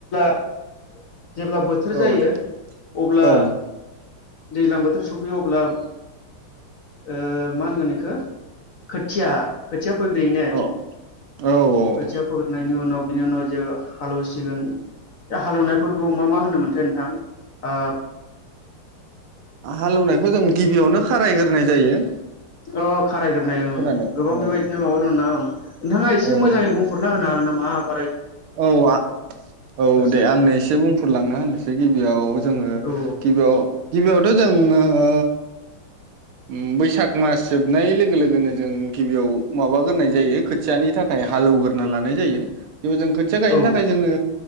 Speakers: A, on the left; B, on the right.
A: <inaudible> जेब्ला बोथोर जायो
B: औ दे
A: अब्ला।
B: औ
A: दैज्लां बोथोर सफैयो अब्ला ओ मा होनगोन इखो खोथिया खोथिया फोग्रोयो ने?
B: औ औ औ
A: खोथिया फोग्रोनायनि उनाव बिनि उनाव जे हालौसिगोन हालेवनायफोरखौ मा मा होनोमोनथाय नोंथां आ?
B: हालौनायखौ जों गिबियावनो खारायग्रोनाय जायो।
A: अह खारायग्रोनाय ओं
B: खोनादों
A: गोबां
B: औ
A: बेबायदिनो माबा दंना ओं नोंथाङा एसे
B: औ
A: मोजाङै बुं। <unintelligible>
B: औ आ औ
A: फारसे
B: दे आंनो एसे बुंफोरलांना होनोसै गिबियाव जों ओ
A: औ
B: गिबियाव गिबियाव थ' जों ओ ओम बैसाग मास जोबनाय लोगो लोगोनो जों गिबियाव माबा गोरनाय जायो खोथियानि थाखाय हालौवग्रोना लानाय जायो <unintelligible> खोथिया गायनो
A: औ
B: थाखाय जोङो